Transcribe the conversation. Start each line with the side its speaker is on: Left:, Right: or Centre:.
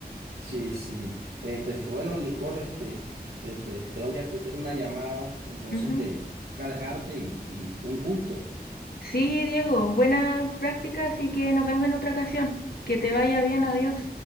Right: Sí, sí. Eh, presi- bueno, Nicole, este, te, te- tengo que atender una llamada, entonces
Left: Ujú, ujú.
Right: te toca dejarte y, y un gusto.
Left: Sí, Diego, buena práctica, así que nos vemos en otra ocasión. Que te vaya bien, adiós.